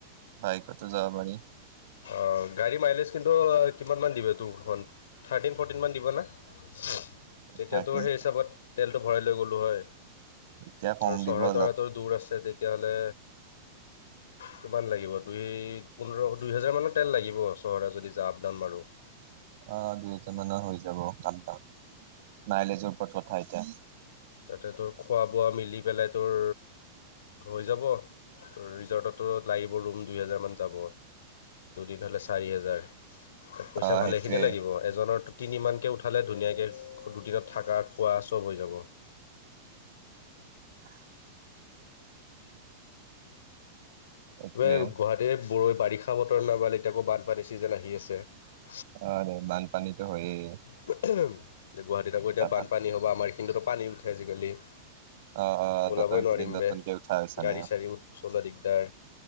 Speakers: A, on the right; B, on the left.
A: বাইকতে যাব পাৰি।
B: অঁ গাড়ী মাইলেজ কিন্তু কিমানমান দিব তোৰখন, থাৰ্টিন ফৰ্টিনমান দিব না? <unintelligible> তেতিয়া
A: থাৰ্টিন
B: তোৰ সেই হিচাপত তেলটো ভৰাই লৈ গ'লোঁ হয়।
A: এতিয়া কম
B: আৰু
A: দিব
B: চহৰে
A: অলপ
B: তহৰেতো দূৰ আছে তে তিয়া হ'লে কিমান লাগিব দুই, পোন্ধৰ <unintelligible> দুই হজাৰ মানৰ তেল লাগিব চহৰতে যদি আপ- ডাউন মাৰো।
A: অ দুই হাজাৰ মানত হৈ যাব আপ-ডাউন মাইলেজৰ ওপৰত কথা এতিয়া।
B: তাতে তোৰ খোৱা বোৱা মিলি পেলাই তোৰ হৈ যাব, ৰিজৰ্টতটো লাগিব ৰুম দুই হাজাৰ মান যাব দুদিন হ'লে চাৰি হেজাৰ। <unintelligible> পইচা
A: অ
B: ভালেখিনিয়ে
A: সেইটোয়ে
B: লাগিব এজনৰতো তিনি মানকে উঠালে ধুনীয়াকে দুদিনত থাকা খোৱা চব হৈ যাব। <unintelligible>
A: <inaudible> সেইটোয়ে
B: এই গুৱাহাটীৰ বাৰিষা বতৰ নমালে এতিয়া আকৌ বানপানীৰ চিজন আহি আছে। <unintelligible>
A: অ দে বানপানীটো হৈয়েই।
B: গুৱাহাটীত আকৌ এতিয়া
A: ভাল
B: বানপানী হ'ব আমাৰ এইখিনিতো পানী উঠে আজিকালি। <unintelligible>
A: অ অ
B: ওলাবই
A: তাতো এইকেইদিন
B: নোৱাৰিম
A: নতুনকে
B: বে।
A: উঠা হৈছে
B: গাড়ী
A: নে? <unintelligible>
B: চাড়ী চলোৱা দিগদাৰ।